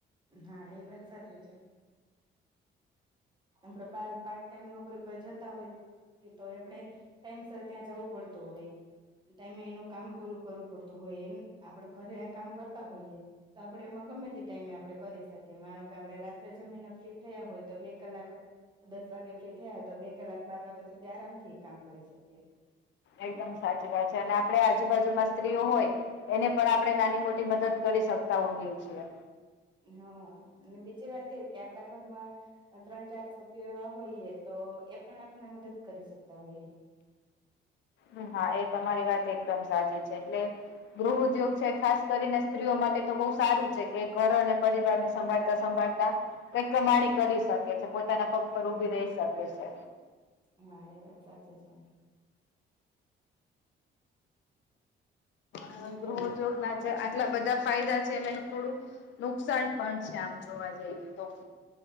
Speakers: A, on the right; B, on the left.
A: હા એ વાત સાચી છે. આપડે બાર પાર્ટ ટાઈમ નોકરી જતા હોય કે તો આપણે ટાઈમ સર ત્યાં જવું પડતું હોય. ટાઈમે એનું કામ પૂરું કરવું પડતું હોય એ આપડે ઘરે કામ કરતા હોઈએ. તો આપડે એમાં ગમે તે ટાઈમે આપડે કરી શકીએ માનો કે આપડણે રાત્રે જમીને ફ્રી થયા હોય તો બે કલાક દસ વાગે ફ્રી થયા તો બે કલાક બાર વાગ્યા સુધી આરામથી કામ કરી શકીએ.
B: એકદમ સાચી વાત છે અને આપે આજુબાજુમાં સ્ત્રીઓ હોય એને પણ આપણે નાની મોટી મદદ કરી શકતા હોઈએ છીએ.
A: હા અને બીજી વાત એ કે આપડા ઘરમાં ત્રણ ચાર સભ્યો એવા હોઈએ તો એ પણ આપને મદદ કરી શકતા હોઈએ.
B: હમ્મ હા એ તમારી વાત એકદમ સાચી છે એટલે ગૃહ ઉદ્યોગ છે ખાસ કરીને સ્ત્રીઓ માટે તો બહ સારું છે કે ઘર અને પરિવારને સંભાળતા સંભાળતા કઈ કમાણી કરી શકે છે પોતાના પગ પર ઉભી રહી શકે છે.
A: હા એ વાત સાચી છે.
B: હ
A: હમ થોડુંક
B: ગહ ચોક ના આટલા બધા ફાયદા છે એમ એનું થોડું નુકસાન પણ છે આમ જોવા જઈએ તો